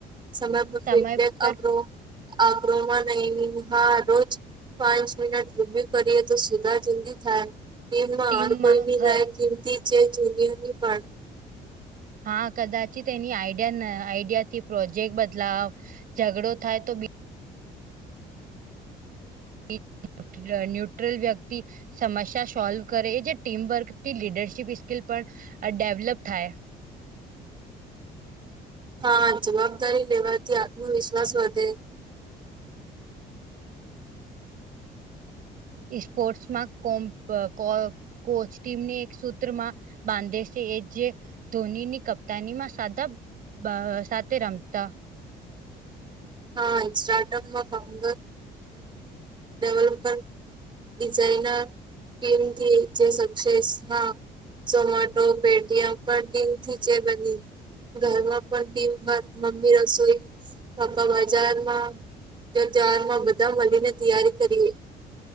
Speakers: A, on the right; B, on the right.
A: સમય
B: સમય
A: ફીડબેક
B: પર
A: આપરો આરોમાં નહી હા રોજ પાંચ મહિના રીબ્યુ કરીએ તો સીધા જુદી થાય ટમમાં
B: ટીમમાં
A: હ કોઈનીાય
B: હર
A: સિમતી ચ જન્યુની પણણ
B: હા કદાચી એની આઈડિયા આઈડિયાથી પ્રોજેક્ટ બદલાવ ઝઘડો થાય તો બ ન્યટ ન્યુટ્રલ વ્યક્તિ સમસ્યા સોલ્વ કરે એ જે ટીમવર્ક થી લીડરશીપ સ્કીલ પણ ડેવલપ થાય.
A: હા જવાબદારી લેવાથી આત્મવિશ્વાસ વધે
B: સ્પોર્ટ્સ માં કોમ કો કોચ ટીમને એક સૂત્રમાં બાંધે છે, એ જે ધોનીની કપ્તાનીમાં સાદા સાથે રમતા
A: હા સ્ટાર્ટઅપમાં ફઉન્ડરે ડેવલપર ડિઝઇનર ટીમથી જે સક્સેસમા ઝોમેટો પેટીએમ પણ ટિં થી જે બધ ઘરમાં પણ ટીમ વાર મમ્મી રસોઈ. બજારમાં ત તારમાં બધા મળીને તૈયારી કરીએ